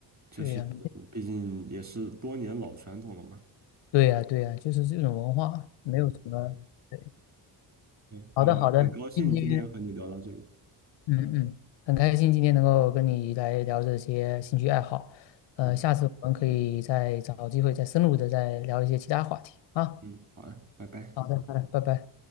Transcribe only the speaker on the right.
就是毕竟也是多年老传统了嘛。
对，
嗯，
很高兴今天和你聊到这里。
嗯
嗯，好啊，拜拜。